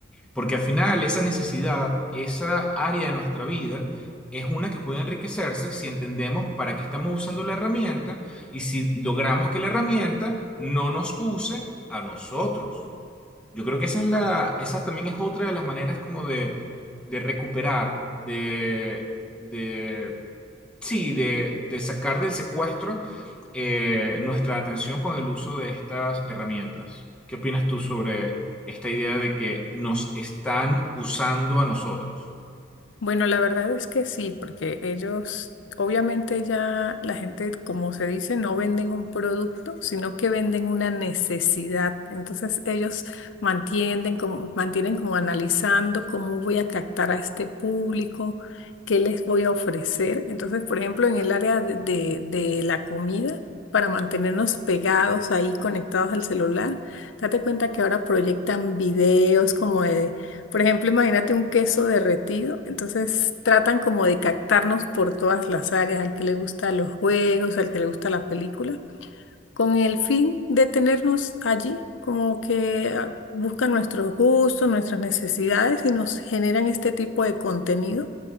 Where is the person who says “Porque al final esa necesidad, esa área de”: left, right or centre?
Centre